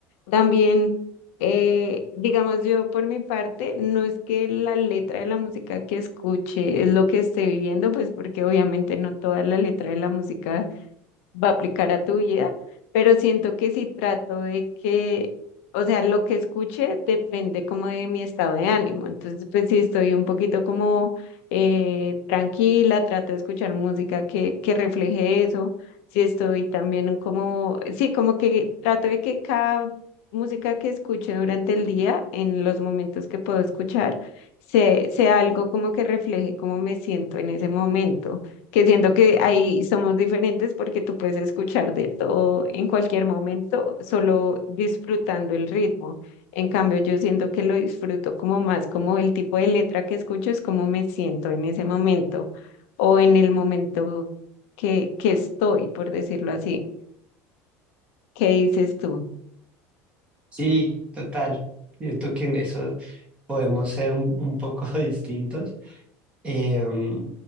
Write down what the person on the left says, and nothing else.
También, eh, digamos yo por mi parte, no es que la letra de la música que escuche es lo que esté viviendo, pues porque obviamente no toda la letra de la música va a aplicar a tu vida, pero siento que si trato de que, o sea, lo que escuche depende como de mi estado de ánimo. Entonces, pues si estoy un poquito como eh, tranquila, trato de escuchar música que, que refleje eso. Si estoy también como, sí, como que trato de que cada música que escuche durante el día, en los momentos que puedo escuchar, sea, sea algo como que refleje cómo me siento en ese momento que siento que ahí somos diferentes porque tú puedes escuchar de todo en cualquier momento, solo disfrutando el ritmo. En cambio, yo siento que lo disfruto como más, como el tipo de letra que escucho es como me siento en ese momento o en el momento que, que estoy, por decirlo así. ¿Qué dices tú?